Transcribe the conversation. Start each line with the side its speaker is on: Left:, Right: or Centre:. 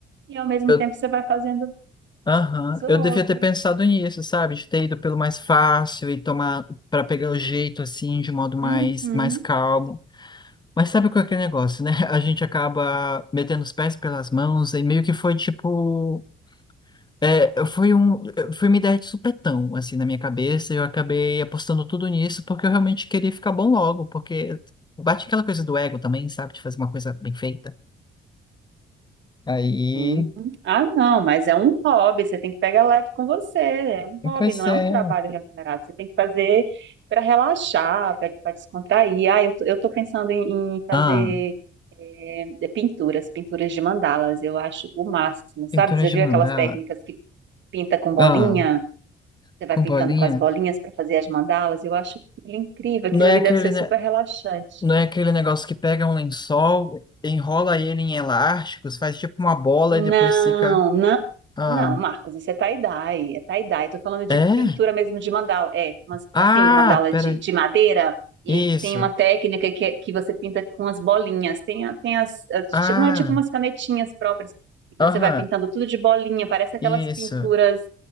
Right: e ao mesmo
Left: Eu...
Right: tempo você vai fazendo
Left: Aham.
Right: as outras.
Left: Eu devia ter pensado nisso, sabe? De ter ido pelo mais fácil e tomar para pegar o jeito assim, de modo mais,
Right: Uhum.
Left: mais calmo. Mas sabe qual é aquele negócio, né? <laughs> A gente acaba metendo os pés pelas mãos e meio que foi tipo. É, foi um, foi uma ideia de supetão, assim, na minha cabeça, e eu acabei apostando tudo nisso porque eu realmente queria ficar bom logo, porque bate aquela coisa do ego também, sabe? De fazer uma coisa bem feita. Aí,
Right: Uhum. Ah, não, mas é um hobby, você tem que pegar leve com você, é um hobby,
Left: pois
Right: não
Left: é.
Right: é um trabalho remunerado, você tem que fazer para relaxar, para descontrair. Ah, eu tô, eu tô pensando em, em fazer
Left: Ah,
Right: é, de pinturas, pinturas de mandalas, eu acho o máximo,
Left: pintura
Right: sabe? Você
Left: de
Right: já viu
Left: mandala.
Right: aquelas técnicas que pinta com bolinha?
Left: Ah,
Right: Você vai
Left: com
Right: pintando
Left: bolinha.
Right: com as bolinhas para fazer as mandalas, eu acho aquilo incrível,
Left: Não
Right: aquilo
Left: é
Right: ali
Left: aquele,
Right: deve ser
Left: ne-
Right: super relaxante.
Left: não é aquele negócio que pega um lençol, enrola ele em elásticos, faz tipo uma bola
Right: Não,
Left: e depois fica.
Right: não,
Left: Ah,
Right: não, Marcos, isso é tie-dye, é tie-dye. Tô falando de
Left: é?
Right: pintura mesmo de mandala, é, mas
Left: Ah,
Right: assim, mandala
Left: pera.
Right: de, de madeira, e
Left: Isso.
Right: aí tem uma técnica que, é- que você pinta com as bolinhas, tem, a- tem as, as-
Left: Ah,
Right: ti- não é tipo umas canetinhas próprias, e você
Left: aham,
Right: vai pintando tudo de bolinha, parece aquelas
Left: isso.
Right: pinturas,